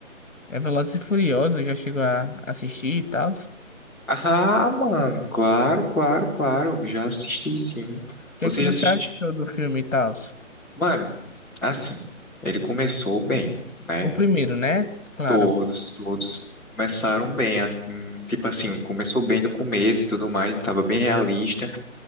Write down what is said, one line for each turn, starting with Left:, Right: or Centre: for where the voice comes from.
Left: é Velozes e Furiosos, já chegou a assistir e tal. O
Centre: Ah, mano, claro, claro, claro. Já assisti, sim.
Left: que
Centre: Você
Left: é que
Centre: já
Left: você
Centre: assistiu?
Left: achou do filme e tal?
Centre: Mano, assim, ele começou bem, né?
Left: O primeiro, né? Claro.
Centre: Todos, todos começaram bem, assim. Tipo assim, começou bem no começo e tudo mais, tava bem realista.